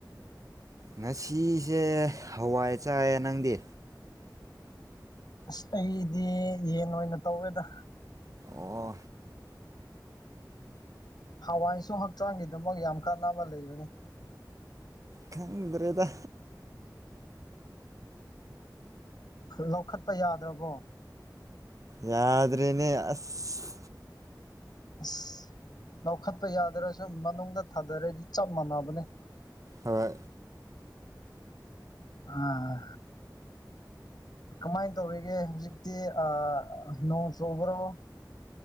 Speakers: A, on the right; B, on the left.
A: ꯉꯁꯤꯁꯦ ꯍꯋꯥꯏ ꯆꯥꯏꯌꯦ ꯅꯪꯗꯤ
B: ꯑꯁ ꯑꯩꯗꯤ ꯌꯦꯟ ꯑꯣꯏꯅ ꯇꯧꯋꯦꯗ
A: ꯑꯣ
B: ꯍꯋꯥꯏꯁꯨ ꯍꯛꯆꯥꯡꯒꯤꯗꯃꯛ ꯌꯥꯝ ꯀꯥꯟꯅꯕ ꯂꯩꯕꯅꯤ
A: ꯈꯪꯗ꯭ꯔꯦꯗ
B: ꯂꯧꯈꯠꯄ ꯌꯥꯗ꯭ꯔꯕꯣ
A: ꯌꯥꯗ꯭ꯔꯅꯦ ꯑꯁ
B: ꯑꯁ ꯂꯧꯈꯠꯄ ꯌꯥꯗ꯭ꯔꯁꯨ ꯃꯅꯨꯡꯗ ꯊꯥꯗꯔꯗꯤ ꯆꯞ ꯃꯥꯟꯅꯕꯅꯦ
A: ꯍꯣꯏ
B: ꯑꯥ ꯀꯃꯥꯏꯅ ꯇꯧꯔꯤꯒꯦ ꯍꯧꯖꯤꯛꯇꯤ ꯑꯥ ꯅꯣꯡ ꯆꯨꯕꯔꯣ